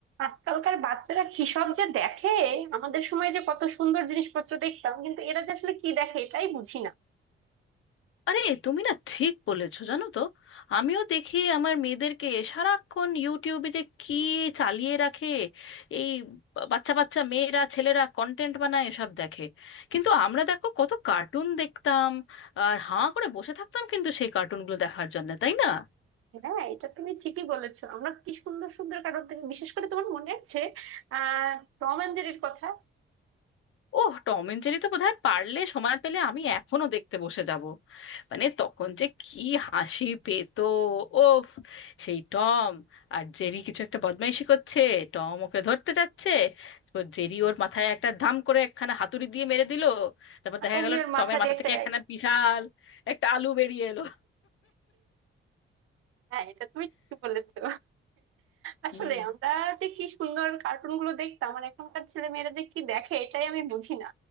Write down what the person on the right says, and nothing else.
আজকালকার বাচ্চারা কি সব যে দেখে আমাদের সময় যে কত সুন্দর জিনিসপত্র দেখতাম কিন্তু এরা যে আসলে কি দেখে এটাই বুঝি না
হ্যাঁ এটা তুমি ঠিকই বলেছো আমরা কি সুন্দর সুন্দর কারণ থেকে বিশেষ করে তোমার মনে আছে আহ টম এন্ড জেরির কথা
আর
অমনি
ওর মাথা
দিয়ে
একটা
হ্যাঁ এটা তুমি ঠিকই বলেছো আসলে
আমরা যে কি সুন্দর কার্টুন গুলো দেখতাম আর এখনকার ছেলে মেয়েরা যে কি দেখে এটাই আমি বুঝি না